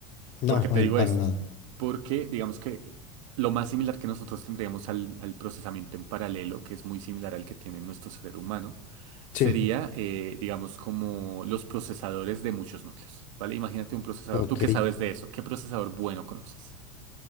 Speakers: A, on the left; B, on the right.
A: no,
B: ¿Por qué te
A: en-
B: digo
A: para
B: esto?
A: nada.
B: Porque digamos que lo más similar que nosotros tendríamos al, al procesamiento en paralelo, que es muy similar al que tiene nuestro cerebro humano, sería,
A: Sí.
B: eh, digamos, como los procesadores de muchos núcleos, ¿vale? Imagínate un procesador,
A: Ok,
B: ¿tú qué sabes de eso? ¿Qué procesador bueno conoces?